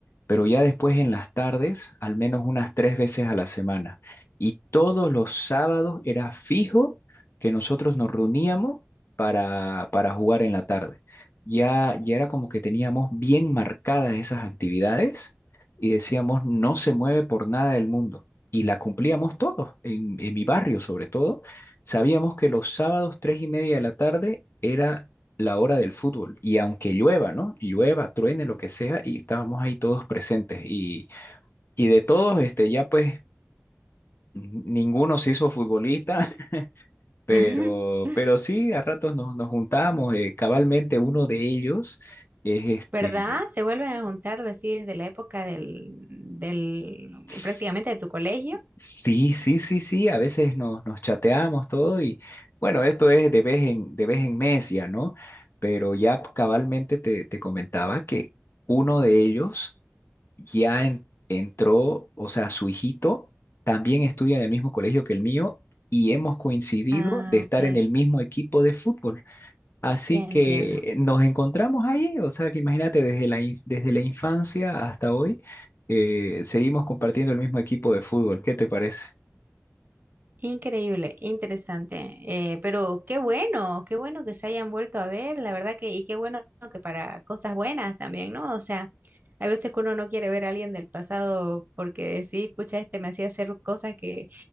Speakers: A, on the left; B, on the right.
A: pero ya después en las tardes, al menos unas tres veces a la semana. Y todos los sábados era fijo que nosotros nos reuníamos para, para jugar en la tarde. Ya, ya era como que teníamos bien marcadas esas actividades y decíamos, no se mueve por nada del mundo. Y la cumplíamos todos, en, en mi barrio sobre todo. Sabíamos que los sábados, tres y media de la tarde, era la hora del fútbol. Y aunque llueva, ¿no? Llueva, truene, lo que sea, y estábamos ahí todos presentes. Y, y de todos, este, ya pues ninguno se hizo futbolista, <laughs> pero,
B: Ujú. <laughs>
A: pero sí, a ratos nos, nos juntamos. eh, cabalmente uno de ellos es este...
B: ¿Verdad? Se vuelven a juntar, decir, de la época del, del,
A: s-
B: prácticamente de tu colegio.
A: Sí, sí, sí, sí, a veces nos, nos chateamos todo y bueno, esto es de vez en, de vez en mes ya, ¿no? Pero ya cabalmente te, te comentaba que uno de ellos ya en- entró, o sea, su hijito también estudia en el mismo colegio que el mío y hemos coincidido
B: Ah,
A: de estar
B: ok,
A: en el mismo equipo de fútbol. Así
B: ya entiendo.
A: que nos encontramos ahí, o sea, que imagínate, desde la, in- desde la infancia hasta hoy, eh, seguimos compartiendo el mismo equipo de fútbol. ¿Qué te parece?
B: Increíble, interesante. Eh, pero qué bueno, qué bueno que se hayan vuelto a ver, la verdad que, y qué bueno que para cosas buenas también, ¿no? O sea, hay veces que uno no quiere ver a alguien del pasado porque sí, pucha, este me hacía hacer cosas que,